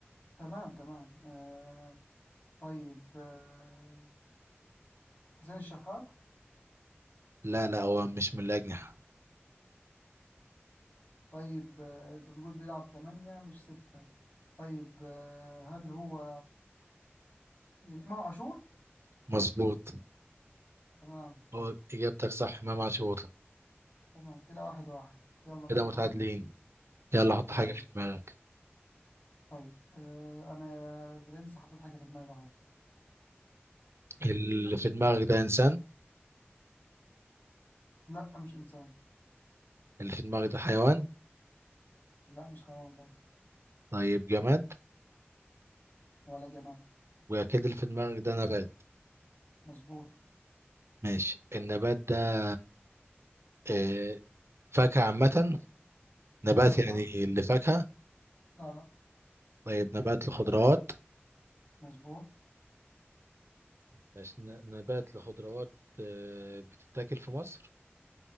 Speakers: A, on the left; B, on the right.
A: تمام تمام آه... طيب آه... حسين الشحات
B: لا لا هو مش من الاجنحه
A: طيب آه، انت بتقول بيلعب ثمانية مش ستة طيب آه، هل هو إيه، إمام عاشور
B: مظبوط
A: تمام
B: هو اجابتك صح امام عاشور
A: تمام كده واحد واحد يلا بقى
B: كده متعادلين
A: دوري
B: يلا حط
A: تمام
B: حاجه في دماغك
A: طيب آه، أنا يا برنس حطيت حاجة في دماغي أهو
B: اللي في دماغك ده انسان
A: لا مش إنسان
B: اللي في دماغك ده حيوان
A: لا مش حيوان برضه
B: طيب جماد
A: ولا جماد
B: واكيد اللي في دماغك ده نبات
A: مظبوط
B: ماشي النبات ده آه، فاكهة عامة نبات
A: لا
B: يعني لفاكهة
A: لا لا
B: طيب نبات لخضروات
A: مظبوط
B: ماشي ن- نبات لخضروات آه، بتتاكل في مصر